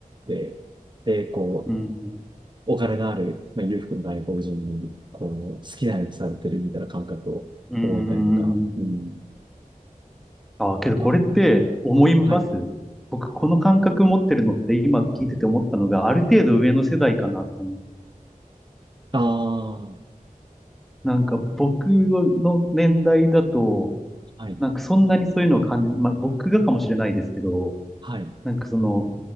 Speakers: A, on the right (about 30°); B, in the centre.
A: で、で、こう、
B: うーん、うーん、
A: お金のある、まあ、裕福な外国人に、こう、好きなようにされてるみたいな感覚を覚えたりとか、
B: うーん。
A: うん。
B: ああ、けどこれって思います僕、
A: まあ、はい。
B: この感覚持ってるのって今聞いてて思ったのが、ある程度上の世代かなって思う。
A: ああ、
B: なんか僕の年代だと、
A: はい。
B: なんかそんなにそういうのを感じ、まあ僕がかもしれないですけど、
A: はい。
B: なんかその、